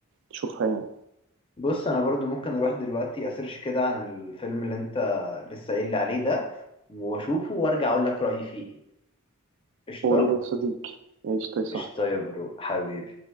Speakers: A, on the right (about 60°); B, on the left (about 25°).
A: تشوفها يعني
B: بص انا برضو ممكن اروح دلوقتي اسيرش كده عن الفيلم اللي انت لسه قايل لي عليه ده واشوفه وارجع اقول لك رأيي فيه ايه قشطة
A: قول لي صديقي ايش يا صاحبي
B: قشطة يا برو حبيبي